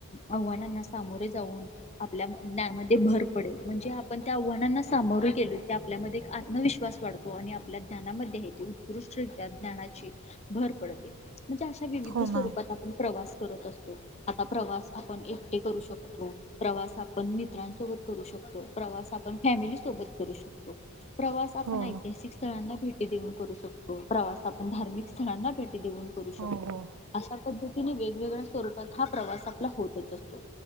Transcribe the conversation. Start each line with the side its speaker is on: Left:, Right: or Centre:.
Left: आव्हानांना सामोरे जाऊन. आपल्या ज्ञानमध्ये भर पडेल म्हणजे आपण त्या आव्हानांना सामोरे केल की आपल्यामध्ये आत्मविश्वास वाढतो आणि आपल्या ज्ञनामध्ये आहे ते उत्कृष्टरित्या ज्ञानाची भर पडते. म्हणज अशा विविध
Right: हो
Left: स्वरूप.
Right: मॅम
Left: प्रवास करत असतो, आता प्रवास आपण एकटे करू शकतो, प्रवास आपण मी मित्रांसोबत, करू शकतो प्रवास आपण, फॅमिली सोबत करू शकतो प्रवास आपण
Right: हो
Left: ऐतिहासिक स्थळांना भेटी. देऊन करू शकतो, प्रवास आपण धार्मिक स्थळांना भेटी देऊन करू
Right: हो
Left: शकतो.
Right: हो
Left: अशा वेगवेगळ्या स्वरूपात हा प्रवास आपला होत, असतो